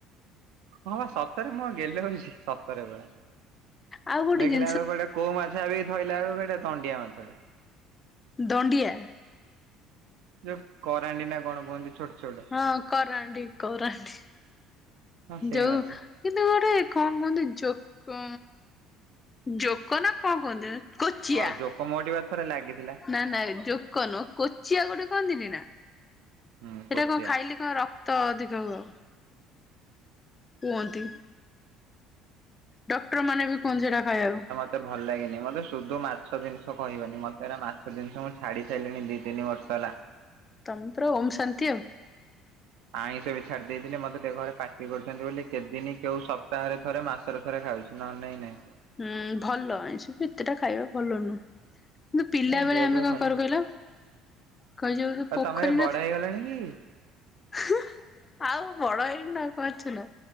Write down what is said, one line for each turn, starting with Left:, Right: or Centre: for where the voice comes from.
Right: ହଁ ବା ସତରେ। ମୁଁ ଗେଲ ହଉଛି? ସତରେ ପରା।
Left: ଆଉ ଗୋଟେ
Right: ଦେଖିଲା
Left: ଜିନିଷ
Right: ବେଳକୁ ଗୋଟେ କୋଉ ମାଛ ଭାବିକି ଧଇଲା ବେଳକୁ ହେଇଟା ଦଣ୍ଡିଆ ମାଛଟା।
Left: ଦଣ୍ଡିଆ?
Right: ଯୋଉ କରାଣ୍ଡି ନା କଣ କୁହନ୍ତି ଛୋଟ ଛୋଟ
Left: ହଁ କରାଣ୍ଡି, କରାଣ୍ଡି।
Right: ହଁ ସେଇ
Left: ଯୋଉ
Right: ମାଛ।
Left: କିନ୍ତୁ ଗୋଟେ କଣ କୁହନ୍ତି ଜୋକ, ଜୋକ ନା କଣ କୁହନ୍ତି କୋଚିଆ।
Right: ହଁ ଜୋକ ମୋଠି ବା ଥରେ ଲାଗିଥିଲା
Left: ନା ନା ଏ ଯୋକ ନୁହଁ। କୋଚିଆ ଗୋଟେ କୁହନ୍ତିନି ନା?
Right: ହୁଁ
Left: ହେଇଟା
Right: କୋଚିଆ।
Left: କଣ ଖାଇଲେ କଣ ରକ୍ତ ଅଧିକ ହବ। କୁହନ୍ତି। ଡକ୍ଟର ମାନେ ବି କୁହନ୍ତି ସେଟା ଖାଇବାକୁ।
Right: ମୋତେ ଭଲ ଲାଗେନି। ମୋତେ ସୁଧୁ ମାଛ ଜିନିଷ କହିବନି। ମୋତେ ହେରା ମାଛ ଜିନିଷ ମୁଁ ଛାଡ଼ି ସାରିଲଣି ଦି ତିନି ବର୍ଷ ହେଲା।
Left: ତମେ ପୁରା ଓମ୍ ଶାନ୍ତି ଆଉ।
Right: ଆଇଁଷ ବି ଛାଡି ଦେଇଥିଲି ମତେ ଟିକେ ଘରେ ପାଟି କରୁଛନ୍ତି ବୋଲି କେତେଦିନି କେଉ ସପ୍ତାହରେ ଥରେ ମାସ ଥରେ ଥରେ ଖାଉଛି। ନହେଲେ ନାଇଁ ନାଇଁ।
Left: ହୁଁ ଭଲ। ଆଉଁଷ ବି ଏତେଟା ଖାଇବା ଭଲ ନୁହଁ। ପିଲା
Right: ଏ
Left: ବେଳେ
Right: ଦେହ
Left: ଆମେ
Right: ଫେହ
Left: କଣ
Right: ଖରାପ
Left: କରୁ କହିଲ? ତାଙ୍କର ଯୋଉ
Right: ଆଉ
Left: ପୋଖରୀ
Right: ତମେ ବଡ
Left: ନ ଥିଲା?
Right: ହେଇଗଲଣି କି?
Left: ଆଉ ବଡ ହେଇଗଲୁଣୁ ଆଉ କଣ ଅଛୁ ନା?